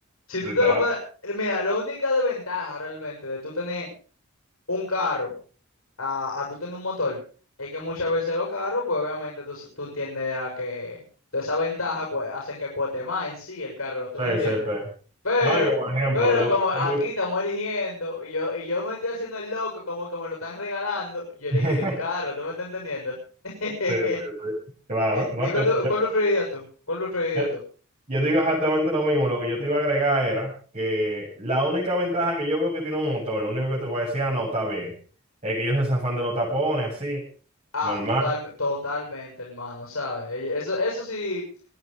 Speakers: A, on the left (about 70°); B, on the right (about 35°).
A: si tú
B: Literal.
A: te lo pones... Mira, la única desventaja realmente de tú tener un carro a, a tú tener un motor. Es que muchas veces los carros, pues obviamente tú, s- tú entenderás que toda esa ventaja cue- hacen que cueste más en sí el carro, ¿tú
B: Sí,
A: me entiendes?
B: sí, sí.
A: Pero,
B: No, y por ejemplo,
A: pero
B: lo
A: como
B: que hace
A: aquí
B: mucho.
A: estamos eligiendo y yo, y yo me estoy haciendo el loco como que me lo están regalando, yo elegiría
B: <laughs>
A: un carro, ¿tú me estás entendiendo? <laughs>
B: Sí, sí, sí. Claro,
A: Eh,
B: no,
A: ¿Y cuál,
B: yo,
A: tú-
B: yo-
A: cuál preferirías tú? ¿Cuál preferirías
B: yo-
A: tú?
B: Yo digo exactamente lo mismo, lo que yo te iba a agregar era que la única ventaja que yo veo que tiene un motor, lo único que te voy a decir, ah, no, está bien, es que ellos se zafan de los tapones, así,
A: Ah,
B: normal.
A: total, totalmente, hermano, ¿sabes? Eso, eso sí.